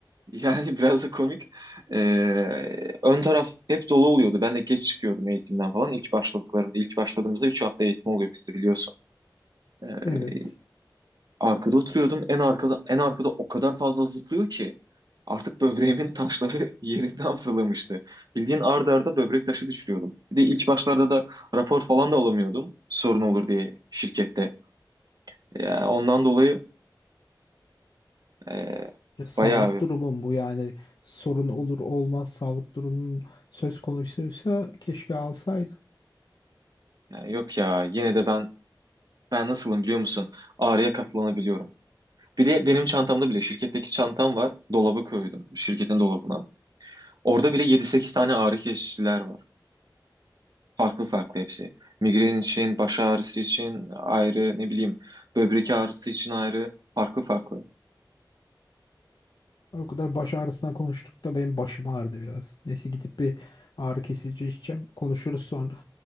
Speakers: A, on the right (about 55°); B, on the left (about 60°).
A: Yani <laughs> biraz da komik. Ee, ön taraf hep dolu oluyordu. Ben de geç çıkıyordum eğitimden falan. İlk başladıklarımda, ilk başladığımızda 3 hafta eğitim oluyor bizde biliyorsun. Ee,
B: evet.
A: arkada oturuyordum. En arkada, en arkada o kadar fazla zıplıyor ki artık böbreğimin taşları <laughs> yerinden fırlamıştı. Bildiğin arda arda böbrek taşı düşürüyordum. Bir de ilk başlarda da rapor falan da alamıyordum. Sorun olur diye şirkette. Ya ondan dolayı e,
B: Ya sağlık
A: bayağı
B: durumum bu yani sorun olur olmaz sağlık durumun söz konusuysa keşke alsaydın.
A: yani yok ya yine de ben ben nasılım biliyor musun? Ağrıya katlanabiliyorum. Bir de benim çantamda bile şirketteki çantam var. Dolaba koydum. Şirketin dolabına. Orada bile yedi sekiz tane ağrı kesiciler var. Farklı farklı hepsi. Migren için, baş ağrısı için ayrı, ne bileyim, böbrek ağrısı için ayrı. Farklı farklı.
B: O kadar baş ağrısından konuştuk da benim başım ağrıdı biraz. Neyse gidip bir ağrı kesici içeceğim. Konuşuruz sonra.